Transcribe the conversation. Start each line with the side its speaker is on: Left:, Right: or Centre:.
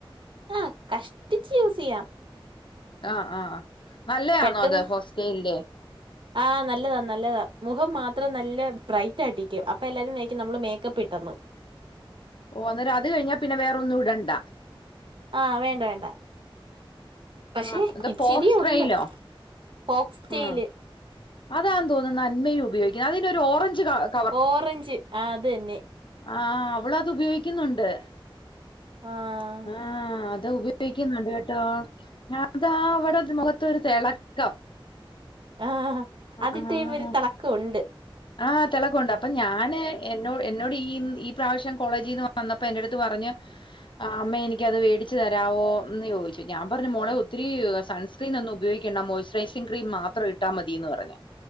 Right: ആ കഷ്ടിച്ച് യൂസ് യ്യാം
Left: ആ ആനല്ലയാണോ
Right: പെട്ടെന്ന്
Left: അത് ഫോക്സ്റ്റൈലിന്റെ
Right: ആഹ് നല്ലതാ നല്ലതാ മുഖം മാത്രം നല്ല ബ്രൈറ്റ് ആയിട്ടിക്കും അപ്പൊ എല്ലാരുംനയിക്കും നമ്മള് മേക്കപ്പ് ഇട്ടന്ന്
Left: ഓ അന്നേരം അത് കഴിഞ്ഞാ പിന്നെ വേറ ഒന്നും ഇടണ്ട
Right: ആഹ് വേണ്ട വേണ്ട പക്ഷെ
Left: ആ എന്താ
Right: ഇച്ചിരിയേ
Left: ഫോസ്ട്രയിലോ
Right: ഉള്ള് ഫോക്സ് ടെയില്
Left: ആ അതാതോന്നുന്നു അന്മയും ഉപയോഗിക്കുന്നത് അതിന് ഒരു ഓറഞ്ച് ക
Right: ഓറഞ്ച് അതന്നെ
Left: ആ അവളത് ഉപയോഗിക്കുന്നുണ്ട്
Right: ആഹ
Left: ആഹ അത് ഉപയോഗിക്കുന്നുണ്ട് കേട്ടോ ഞ അതാ, അവിടെ ത് മുഖത്തോരു തെ ളക്കം.
Right: ആഹ് അതിട്ട്
Left: ആഹ്
Right: കയ്യുമ്പ ഒരു തെളക്കം ഉണ്ട്.
Left: ആഹ് തിളക്കോ ണ്ട് അപ്പൊ ഞാന് എന്നോ എന്നോട് ഈ ഈ പ്രാവശ്യം കോളേജി ന്ന് വന്നപ്പോ എന്റടുത്ത് പറഞ്, ആഹ്, അമ്മേ എനിക്കത് വേടിച്ച് തരവോ ന്ന് ചോദിച്ചു? ഞാൻ പറഞ്ഞു മോളെ ഒത്തിരി സൺസ്... ക്രീൻ ഒന്ന് ഉപയോഗികണ്ട മോയ്സ്റൈസിങ് ക്രീം മാത്രം ഇട്ടാ മതിന്ന് പറഞ്ഞു